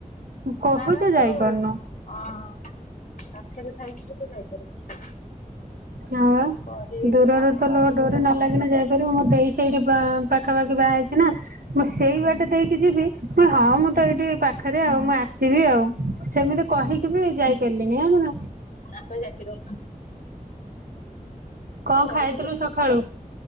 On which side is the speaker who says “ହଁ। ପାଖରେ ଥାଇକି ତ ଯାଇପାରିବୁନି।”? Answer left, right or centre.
Left